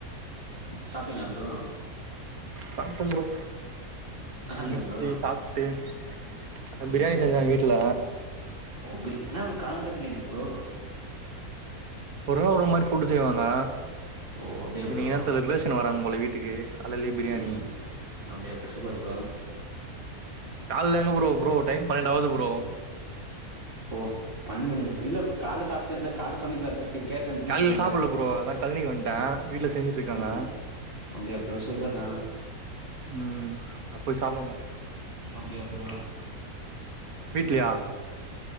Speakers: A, on the right (about 35°); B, on the right (about 70°).
A: சாப்டீங்களா ப்ரோ
B: சாப்டம் ப்ரோ
A: என்ன சாப்ட்டீங்க
B: எனிச்சு
A: ப்ரோ
B: சாப்ட்டு அதா
A: ம்
B: பிரியாணி செஞ்சாங்க வீட்ல
A: ஓ பிரி என்ன ப்ரோ காலங்காத்தா பிரியாணியா ப்ரோ
B: ஒருவ ஒரு மாரி ஃபுட்டு் செய்வாங்க
A: ஓ அப்டியா
B: இன்னைக்
A: ப்ரோ
B: என்னன் தெரில ரிலேஷன் வராங்க போல வீட் டுக்கு காலைலே பிரியாணி
A: ம் அப்டியா சூப்பர் ப்ரோ
B: கால்ல எங்க ப்ரோ ப்ரோ டைம் பன்னென்டாவுது ப்ரோ
A: ஓ பன்மணி இல்ல ப்ரோ கால்ல சாப்ட்டே அத கால்ல சொன்னீங்கள அதா இப் கேட்டே பிரியாணி
B: காலையில
A: சாப்டீங்கள்ல
B: சாப்புட்ல ப்ரோ அதா கழனிக்கு வந்ட்டே
A: ஓ
B: வீட்ல செஞ்சுட்டு இருக்காங்க
A: ம் ம் அப்டியா ப்ரோ சூப்பர் தா
B: உம் அ போய் சாப்புன்னு
A: அப்டியா ப்ரோ
B: வீட்லயா